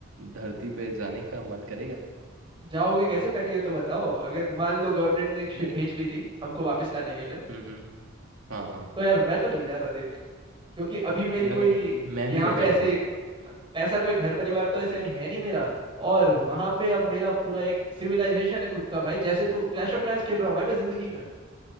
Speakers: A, on the right; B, on the right.
A: धरती पे जाने का मन करेगा
B: जाओगे कैसे पहले ये तो बताओ अगर मान लो गवर्नमेंट ने एक शिप
A: नहीं
B: भेज भी दी हमको वापस लाने के लिए
A: हम्म हम्म हाँ हाँ
B: तो यार मैं तो नहीं जा रहा देख क्योंकि अभी मेरी
A: यार
B: कोई
A: मैं
B: यहाँ
A: भी नहीं
B: पे
A: जाऊंगा
B: ऐसे ऐसा कोई घर परिवार तो ऐसे अभी है नहीं मेरा और वहां पे अब मेरा पूरा एक सिविलाइजेशन है खुद का भाई जैसे तू क्लैश ऑफ क्लैंस खेल रहा हूँ भाई मैं जिंदगी में